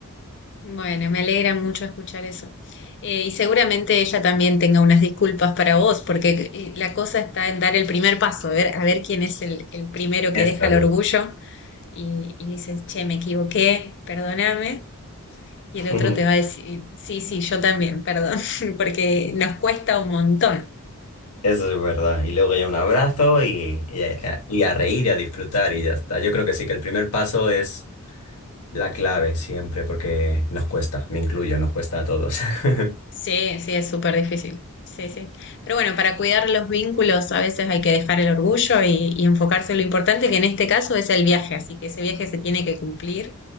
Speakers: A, on the left (about 55°); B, on the left (about 85°).
A: Bueno, me alegra mucho escuchar eso. Eh, y seguramente ella también tenga unas disculpas para vos, porque eh, la cosa está en dar el primer paso, a ver, a ver quién es el, el primero
B: Eso.
A: que deja el
B: es.
A: orgullo y, y dices, che, me equivoqué, perdóname. Y
B: <laughs>
A: el otro te va a decir, sí, sí, yo también, perdón, <laughs> porque nos cuesta un montón.
B: Eso es verdad. Y luego ya un abrazo y, y a, y a reír y a disfrutar y ya está. Yo creo que sí, que el primer paso es la clave siempre, porque nos cuesta, me incluyo, nos cuesta a todos. <laughs>
A: Sí, sí, es súper difícil. Sí, sí. Pero bueno, para cuidar los vínculos a veces hay que dejar el orgullo y, y enfocarse en lo importante, que en este caso es el viaje, así que ese viaje se tiene que cumplir